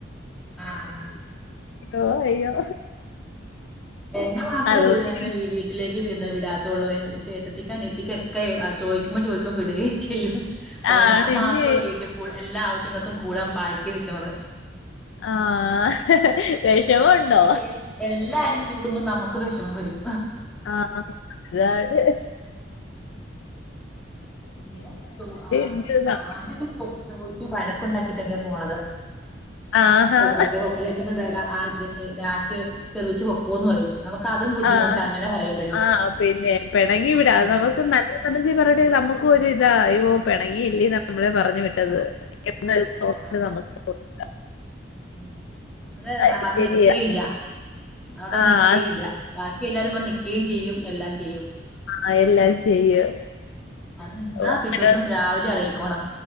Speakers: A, in the centre; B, on the left.
A: ആഹ്
B: ഓഹ് അയ്യോ
A: എന്നെ മാത്രേ
B: അതുകൊണ്ട്
A: വി അങ്ങനെ വീ വീ വീട്ടിലേക്ക് വിന്ത വിടാത്തുള്ളൂ എന്റെ ചേട്ടത്തിക്ക് അനിയത്തിക്കെക്കെ ചോയിക്കുമ്പോ ചോയ്ക്കുമ്പോ വിടുകയും ചെയ്യും. അപ്പ
B: ആണില്ലേ
A: ഞാൻ മാത്രൊള്ളൂ വീട്ടിപൊ എല്ലാ ആവശ്യങ്ങൾക്കും കൂടാൻ ബായ്ക്കി നിക്ക്ണത്.
B: ആഹ് വെഷമൊണ്ടോ?
A: അപ്പൊ എ എല്ലാരും കൂടുമ്പോ നമക്ക് വെഷമം വരും.
B: ആഹ്, അതായത്
A: ഉം പിന്നെ ചോ ആദ്യ
B: ഉണ്ട് ന
A: ആദ്യൊക്കെ ചോദി ചോയ്ച്ചു വഴക്ക് ഉണ്ടാക്കിട്ടൊക്കെ പോണത്
B: ആഹാ
A: പ്പൊകോട്ടെ പൊക്കോ കൊക്കറെക്കുമ്പ തരാ ആഹ് ലാസ്റ്റ് ചെറിച്ച് പൊക്കോന്ന് പറയും നമുക്ക് അതും ബുദ്ധിമുട്ടാ
B: ആഹ്
A: അങ്ങനെ പറയുമ്പോഴും
B: ആഹ് പിന്നെ പെണങ്ങി വിടാ അത്
A: ആഹ്
B: നമുക്ക് നല്ല സത്യത്തി പറയട്ടെ നമുക്കൊരു ഇത അയ്യോ പെണങ്ങിയില്ലേ നമ്മളെ പറഞ്ഞു വിട്ടത് എന്നൽ തോണ്ട്
A: ആഹ്
B: നമുക്ക് കൊട്ക്ക
A: ഉം നമ്മള്
B: അത്
A: വന്ന്
B: ശരിയാ
A: നികേയില്ല്യ അവിട
B: ആഹ്
A: നിക്കേയില്ല ബാക്കി എല്ലാരും വന്ന്നിക്കേം ചെയ്യും എല്ലാം ചെയ്യും
B: ആഹ് എല്ലാം ചെയ്യും.
A: അന്ന് നിന്നാ
B: ഓ, അങ്ങനെ
A: പിറ്റോസം രാവിലെ ഇറങ്ങിക്കോണം